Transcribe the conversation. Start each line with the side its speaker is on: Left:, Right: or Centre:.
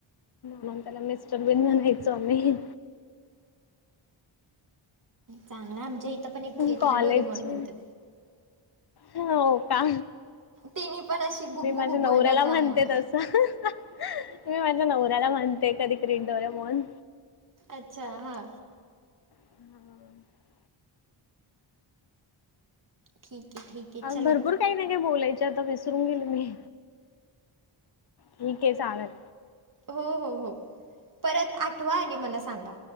Left: मग त्याला मिस्टर बिन म्हणायचो आम्ही.
Right: चांगलं आमच्या इथं पण एक मुली
Left: कॉलेज
Right: तिला डोरीमन म्हणतात.
Left: हो का.
Right: तिनी पण अशी गुब्बू
Left: मी माझ्या
Right: गुब्बू
Left: नवऱ्याला
Right: आहे ना त्यामुळं
Left: म्हणते तसं. मी माझ्या नवऱ्याला म्हणते कधी कधी डोरिमोन.
Right: अच्छा हां.
Left: हा.
Right: ठीक आहे ठीक आहे चलो.
Left: भरपूर काही नाही काय बोलायचे आता विसरून गेली मी. ठीक आहे चालेल.
Right: हो हो हो परत आठवा आणि मला सांगा.